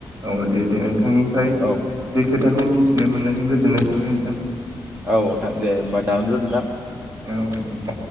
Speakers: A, on the right; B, on the right.
A: औ दे दे नोंथांनिफ्राय
B: औ
A: बे खोथाखौ मिथिनो मोननानै गोजोननाय थाबाय नोंथां
B: औ नोंथां दे होमबा दानदो नोंथां
A: औ दे नोंथां